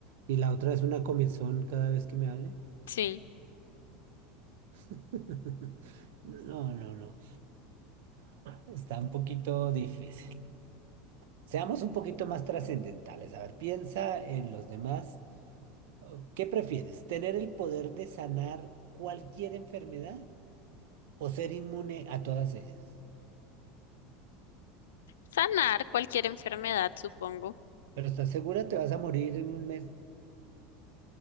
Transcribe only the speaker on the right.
Y la otra es una comezón cada vez que me hablen.
<laughs> No, no, no. Está un poquito difícil. Seamos un poquito más trascendentales. A ver, piensa en los demás. Oh, ¿Qué prefieres? ¿Tener el poder de sanar cualquier enfermedad o ser inmune a todas ellas?
Pero ¿estás segura? Te vas a morir en un mes.